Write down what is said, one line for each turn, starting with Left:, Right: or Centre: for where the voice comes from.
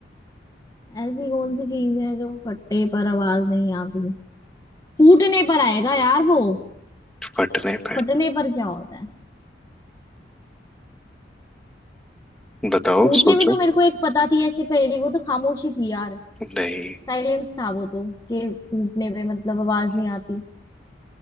Left: ऐसी कौन सी चीज है जो फटने पर आवाज नहीं आती फूटने पर आएगा यार वो
Centre: फटने पे
Left: फटने पर क्या होता है
Centre: बताओ
Left: फूटने
Centre: सोचो
Left: में तो मेरे को एक पता थी ऐसी पहेली वो तो खामोशी थी यार
Centre: नहीं
Left: साइलेंस था वो तो कि फूटने पे मतलब आवाज नहीं आती